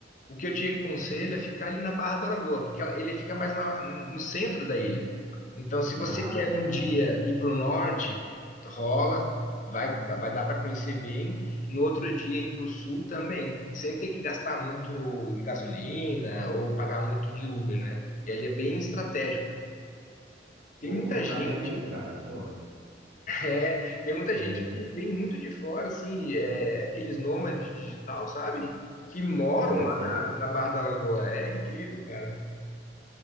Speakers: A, on the left (about 45°); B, on the right (about 80°).
A: o que eu te aconselho é ficar ali na Barra da Lagoa, porque ela- ele fica mais na- no centro da ilha. Então, se você
B: Ah,
A: quer um
B: tá.
A: dia ir para o norte, rola, vai, vai dar para conhecer bem. No outro dia ir para o sul também, sem ter que gastar muito de gasolina ou pagar muito de Uber, né? E ali é bem estratégico.
B: Pô,
A: Tem muita
B: tá
A: gente
B: vendo aí, cara? Pô,
A: É, Tem muita
B: É,
A: gente que vem muito de fora, assim, é, aqueles nômades digital, sabe? Que moram
B: sei,
A: lá
B: sei.
A: na, na Barra da Lagoa. É incrível, cara.